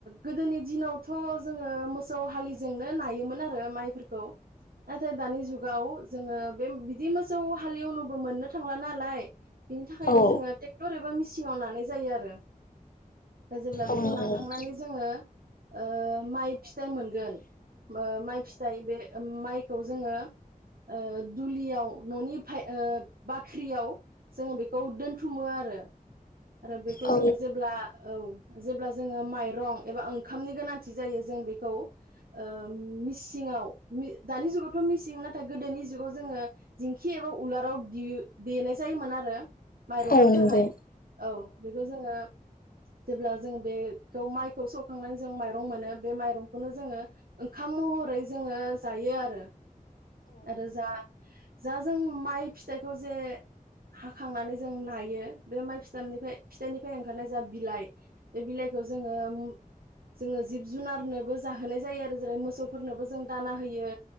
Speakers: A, on the right (about 90°); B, on the left (about 75°).
A: गोदोनि दिनावथ जोङो मोसौ हालिजोंनो नायोमोन आरो माइफोरखौ नाथाय दानि जुगाव जोङो बे बिदि मोसौ हालेवनोबो मोननो थांला नालाय बिनि थाखायनो
B: औ नंगौ औ
A: जोङो टेक्टर एबा मिसि ङाव नानाय जायो आरो ओ जेब्ला बेखौ
B: औ नंगौ
A: नाखांनानै जोङो ओ माइ फिथाइ मोनगोन ओ माइ फिथाइ बे माइखौ जोङो ओ दुलियाव ननि फाय ओ बाख्रियाव जों बेखौ दोनथुमो आरो आरो बेखौ
B: औ
A: जोङो जेब्ला औ जेब्ला जोङो माइरं एबा ओंखामनि गोनांथि जायो जों बेखौ ओ मिसिङाव दानि जुगावथ मिसिं नाथाय गोदोनि जुगाव जोङो दिंखि एबा उलाराव दे-देनाय जायोमोन आरो माइरंनि
B: औ नंगौ
A: थाखाय औ बेखौ जोङो जेब्ला जों बे माइखौ सौखांनानै जों माइरं मोनो बे माइरंखौनो जोङो ओंखाम महरै जोङो जायो आरो आरो जा जा जों माइ फिथाइखौ जे हाखांनानै जों नायो बे माइ फि जाननिफ्राय फिथाइनिफ्राय ओंखारनाय जा बिलाइ बे बिलाइखौ जोङो जोङो जिब जुनारनोबो जाहोनाय जायो आरो जेरै मोसौफोरनोबो जों दाना होयो